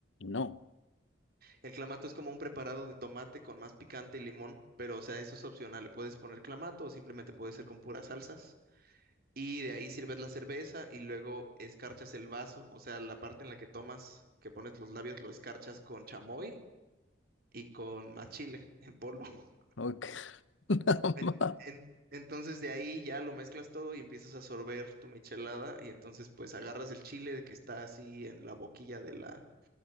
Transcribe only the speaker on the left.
No,
no, <laughs> caramba.